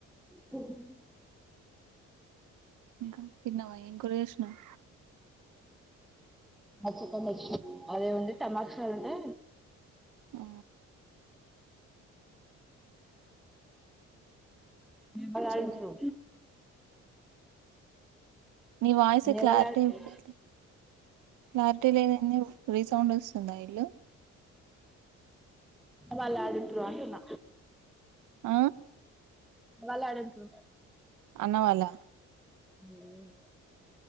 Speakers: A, in the centre; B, on the right.
A: తె హి హి
B: ఇంకా తిన్నవా ఎన్ కూర చేష్ణవ్
A: మచ్చికనేష్ అదే ఉంది టమాక్షర్ ఉంటే
B: ఆ
A: నిన్న కాద్
B: సరే
A: ఇప్పుడు
B: నీ వాయిస్
A: అనే
B: క్లారిటీ
A: వాళ్ళు ఆడింట్రు
B: ఉండదు క్లారిటీ లేద్ ఎన్యూ రీ సౌండ్ ఒస్తుందా ఇల్లు
A: వాళ్ళంట్రూ అంటున్న
B: అ
A: వల్లా డున్ట్రు
B: అన్నావాళ్ళ
A: దే య